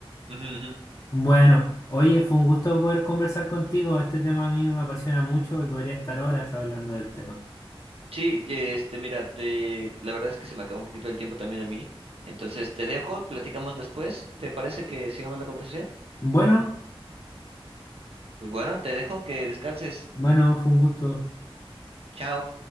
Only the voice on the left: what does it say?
Bueno, oye, fue un gusto poder conversar contigo. Este tema a mí me apasiona mucho y podría estar horas hablando del tema.
Bueno.
Bueno, fue un gusto.